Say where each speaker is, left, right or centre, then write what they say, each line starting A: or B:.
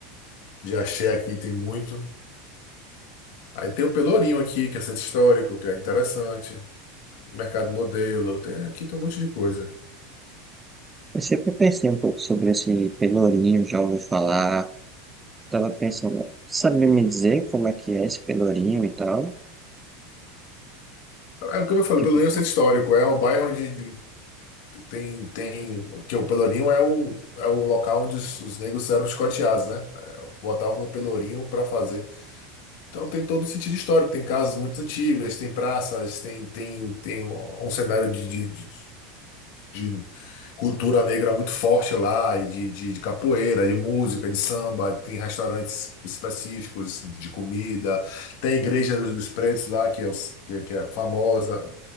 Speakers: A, on the left; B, on the right.
A: de axé aqui, tem muito. Aí tem o Pelourinho aqui, que é centro histórico, que é interessante. Mercado Modelo, tem, aqui tem um monte de coisa.
B: Eu sempre pensei um pouco sobre esse Pelourinho, já ouvi falar. Tava pensando, sabe me dizer como é que é esse Pelourinho e tal?
A: É o que eu falei,
B: Tipo,
A: Pelourinho é um centro histórico, é um bairro onde Tem, tem, porque o Pelourinho é o, é o local onde os, os negros eram escoteados, né? É, botavam no Pelourinho para fazer. Então tem todo o sentido histórico, tem casas muito antigas, tem praças, tem, tem, tem um um cenário de, de, de- de cultura negra muito forte lá, e de, de, de capoeira, de música, de samba, tem restaurantes específicos de comida, tem a igreja dos, dos pretos lá, que é, os- que, que é famosa,